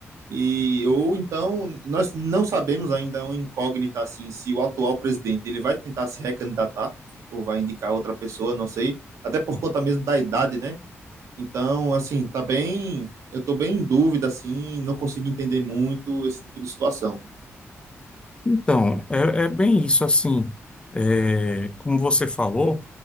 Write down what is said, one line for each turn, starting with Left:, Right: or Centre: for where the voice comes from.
Right: E ou então nós não sabemos ainda é uma incógnita assim se o atual presidente ele vai tentar se recandidatar ou vai indicar outra pessoa, não sei, até por conta mesmo da idade, né? Então, assim, tá bem, eu tô bem em dúvida assim, não consigo entender muito esse tipo de situação.
Left: Então, é, é bem isso, assim, é, como você falou,